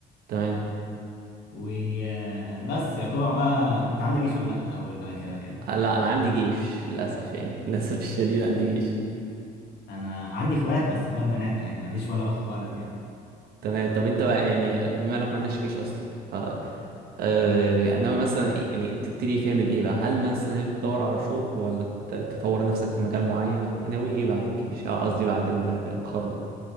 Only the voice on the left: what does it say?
وبس يعتبر بقى انت عندك جيش ولا لا الاول بقى كده اكلم
انا عندي اخوات بس اخوات بنات عادي ما عنديش ولا اخ ولد يعني